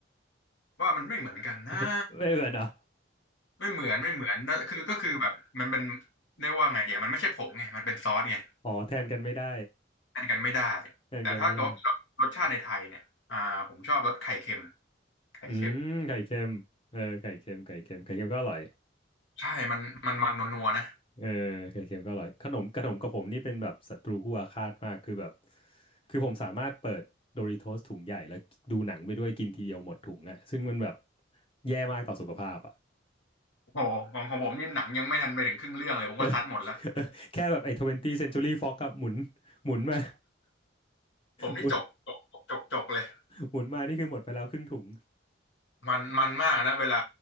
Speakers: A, on the left; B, on the left.
A: ว่ามันไม่เหมือนกันนะ
B: <laughs> ไม่เหมือนเหรอ
A: ไม่เหมือนไม่เหมือนแล้วคือก็คือแบบมันเป็นเรียกว่าไงเดียวมันไม่ใช่ผงไงมันเป็นซอสไง
B: อ๋อแทนกันไม่ได้
A: ทานกันไม่ได้
B: แทนกันไม่ได้
A: แต่ถ้าเกิดว่าเป็นรสรสชาติในไทยเนี่ยอ่าผมชอบรสไข่เค็มไข่เค็ม
B: อืมไข่เค็มเออไข่เค็มไข่เค็มไข่เค็มก็อร่อย
A: ใช่มันมันมันนัวๆนะ
B: เออไข่เค็มก็อร่อยขนมขนมกับผมนี่เป็นแบบศัตรูคู่อาฆาตมากคือแบบคือผมสามารถเปิดโดริโทสถุงใหญ่แล้วดูหนังไปด้วยกินทีเดียวหมดถุงอ่ะซึ่งมันแบบแย่มากต่อสุขภาพอ่ะ
A: โอ้โหของของผมนี่หนังยังไม่ทันไปถึงครึ่งเรื่องเลยผมก็ซัดหมดแล้ว
B: <laughs> เออแค่แบบไอ้ 20th Century Fox อะหมุนหมุนมา
A: ผมนี่จกจกจกจกเลย
B: หมุนหมุนมานี่คือหมดไปแล้วครึ่งถุง
A: มันมันมากนะเวลา